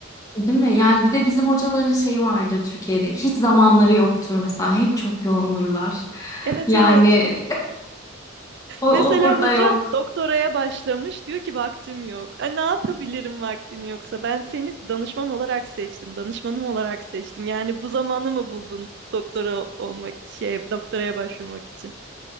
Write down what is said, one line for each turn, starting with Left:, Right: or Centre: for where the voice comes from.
Left: Değil mi? Yani bir de bizim hocaların şeyi vardır Türkiye'de. Hiç zamanları yoktur mesela. Hep çok yoğundurlar.
Right: Evet
Left: Yani
Right: evet
Left: <laughs> o, o
Right: Mesela
Left: burada
Right: hocam
Left: yok.
Right: doktoraya başlamış diyor ki vaktim yok. E, ne yapabilirim vaktin yoksa? Ben seni danışman olarak seçtim, danışmanım olarak seçtim. Yani bu zamanı mı buldun doktora olmak, şey, doktoraya başvurmak için?